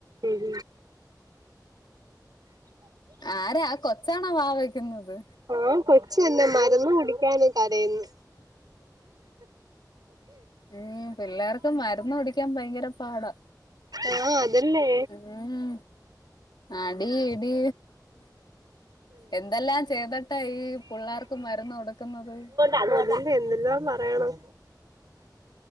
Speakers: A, on the right; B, on the left.
A: ഉംം
B: ആരാ കൊച്ചാണോ വാ വെക്കുന്നത്
A: ആഹ കൊച്ച് തന്നെ മരുന്ന് കുടിക്കൻ കരയുന്നു
B: ഏഹ് പിള്ളേർക്ക് മരുന്ന് കുടിക്കാൻ ഭയങ്കര പാടാ
A: ആഹാ അതന്നെ
B: ഉം അടി ഇടി എന്തെല്ലാം ചെയ്തട്ടാ ഈ പുള്ളാർക്ക് മരുന്ന് കൊടക്ക ക്ക്ന്നത്?
A: അതെന്നെ എന്തെല്ലാം പറയണം